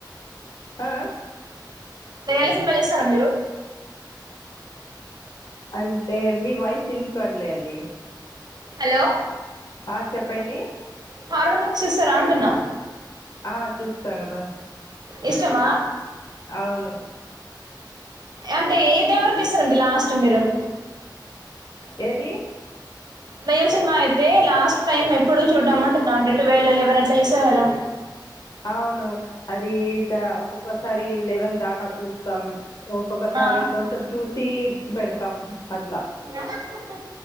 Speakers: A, on the left; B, on the right.
A: ఆ
B: దయ్యాల సినిమా చేస్తారా మీరు
A: అంటే మీ వాయిస్ ఇన్ పడ్లే అండి
B: హలో
A: ఆ చెప్పండి
B: హారమూ సిసేరాఅంటున్న
A: ఆ చూస్తా కదా
B: ఇష్టమా
A: అవును
B: అంటే ఏ టైం వరకు ఇస్తారండి లాస్ట్ మీరు
A: ఏది
B: దయ్యం సినిమా అయితే లాస్ట్ టైం ఎప్పుడు చూడమంటున్నాం అండి ట్వెల్వ్ లెవెన్ అట్లా చేస్తారు కదా
A: అవును అది దా ఒక్కొక్కసారి లెవెన్ దాకా చూస్తాం లో ఒక్కొక్కసారి
B: ఆ
A: కొంచెం చూసి ఇడిసి పెడతాం అట్లా
B: ఆ హా హ